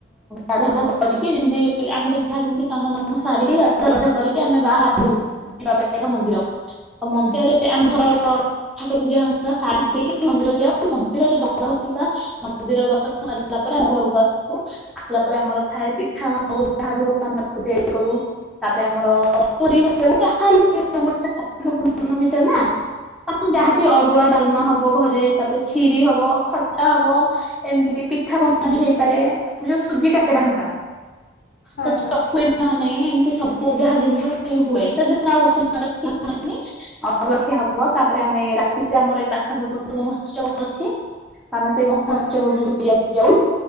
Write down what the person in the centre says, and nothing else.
ଗାଧାବାଧା କରିକି ଯେମିତି ଆମର ଯାହା ଯେମିତି କାମ କାମଧାମ ସାରିକି ଗାଧୁଆପାଧା କରିକି ଆମେ ବାହାରୁ ଯିବାପାଇଁ। ଏ ଏକ ମନ୍ଦିର ମନ୍ଦିରରେ ଆମେ ଘର ଠାକୁର ପୂଜା ସାରିଦେଇକି ମନ୍ଦିର ଯାଉ ମନ୍ଦିରରେ ଡଙ୍ଗା ଭସା ମନ୍ଦିର ଦର୍ଶନ ସରିଲା ପରେ ଆମେ ଘରକୁ ଆସୁଛୁ ଆସିଲା ପରେ ଆମର ଥାଏ ପିଠା ହଉ ଯାହାବି ହଉ ଆମେ ତିଆରି କରୁ। ତାପରେ ଆମର ପୁରୀ ହଉ ଯାହାହେଲେ ମିଟର ନା <unintelligible> ଯାହାବି
ଅରୁଆ ଡାଲମା ହବ ଘରେ ତାପରେ ଖିରି ହବ ଖଟା ହବ ଏମିତି ବି ପିଠା ପଣା ବି ହେଇପାରେ ଯୋଉ ସୁଜି କାକେରା ହେରିକା
ତ
ଚକଲେଟ ନ ନେଇ ଏମତି ସବୁ ଯାହା ଯେ ହୁଏ ସେଦିନ ଆଉ ଉଷୁନା ଖିଆ ହଉନି ଅରୁଆ ଖିଆ। ହବ ତାପରେ ଆମେ ରାତିରେ ଆମର ଏଇ ପାଖପାଖି ଗୋଟେ ମହୋତ୍ସବ ଅଛି। ତମେ ସେଇ ମହୋତ୍ସବ
ବି ବୁଲିବାକୁ ଯାଉ